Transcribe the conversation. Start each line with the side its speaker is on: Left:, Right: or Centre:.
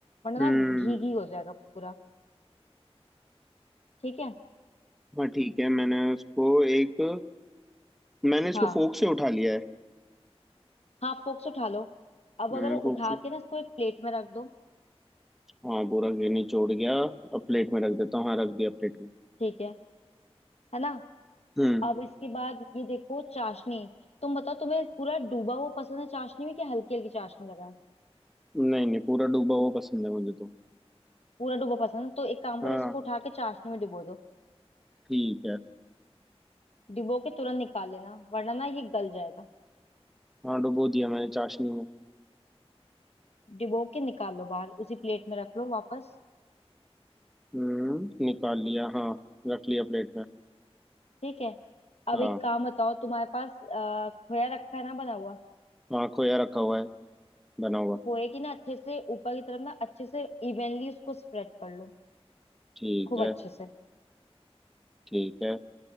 Left: वरना
Centre: हम्म
Left: ना घी घी हो जाएगा पूरा ठीक है
Centre: हाँ ठीक है मैंने उसको एक मैंने इसको
Left: हाँ
Centre: फोक से उठा लिया है
Left: हाँ फोक्स उठा लो अब
Centre: हम्म
Left: अगर उठा
Centre: फोक से
Left: के ना इसको एक प्लेट में रख दो
Centre: हाँ पूरा गिरनी छोड़ गया अब प्लेट में रख देता हूँ हाँ रख दिया प्लेट में
Left: ठीक है है ना
Centre: हम्म
Left: अब इसके बाद ये देखो चाशनी तुम बताओ तुम्हें पूरा डूबा हुआ पसंद है चाशनी में कि हल्की हल्की चाशनी लगाए
Centre: नहीं नहीं पूरा डूबा हुआ पसंद है मुझे तो
Left: पूरा डूबा पसंद है तो एक काम करो
Centre: हाँ
Left: इसको उठा के चाशनी में डुबो दो
Centre: ठीक है
Left: डुबो के तुरंत निकाल लेना वरना ना ये गल जाएगा
Centre: हाँ डुबो दिया मैंने चाशनी में
Left: डिबो के निकाल लो बाहर उसी प्लेट में रख लो वापस
Centre: हम्म निकाल लिया हाँ रख लिया प्लेट में
Left: ठीक है अब
Centre: हाँ
Left: एक काम बताओ तुम्हारे पास अ, खोया रखा है ना बना हुआ
Centre: हाँ खोया रखा हुआ है बना हुआ
Left: खोए की ना अच्छे से ऊपर की तरफ ना अच्छे से इवनली उसको स्प्रेड कर लो
Centre: ठीक
Left: खूब
Centre: है
Left: अच्छे से
Centre: ठीक है